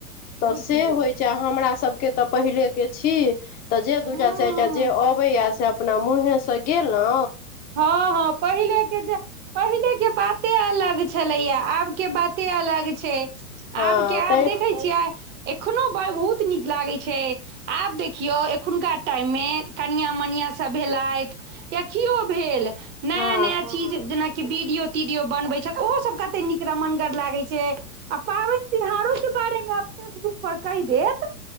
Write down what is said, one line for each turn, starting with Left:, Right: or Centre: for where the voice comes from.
Left: तऽ
Right: बुझियौ
Left: से होइत छै हमरा सभकेँ तऽ पहिलेके छी तऽ जे
Right: हँ
Left: दूटा चारि
Right: हँ
Left: टा जे अबे या से अपना मुहें से गेलउ
Right: हँ हँ पहिले केँ जे पहिले कें बाते अलग छलैया आबकेँ बाते अलग छै
Left: हँ
Right: आबकेँ आब
Left: तै
Right: देखैत छियै एखनो बहुत नीक लागैत छै आब देखियो एखुनका टाइम मे कनिया मनिया सब भेलथि या कियो भेल नया
Left: हँ
Right: नया चीज जेना कि वीडियो तीडियो बनबे छै ओहो सब कते नीक रमनगर लागे छै आ पाबनि तिहारो सब बारे मे फेसबुक पर कहिदेत